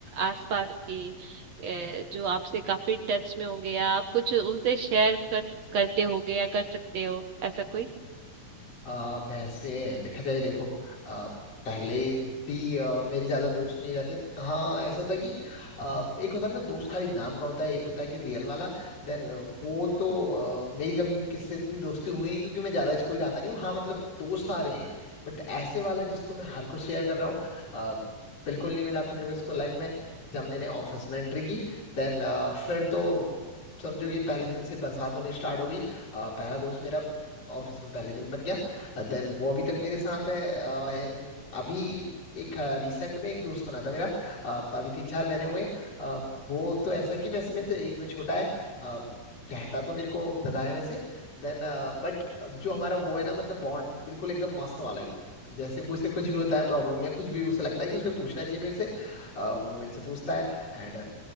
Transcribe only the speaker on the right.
आसपास के अ, जो आपसे काफी टच में होंगे या आप कुछ उनसे शेयर कर करते होगे या कर सकते हो ऐसा कोई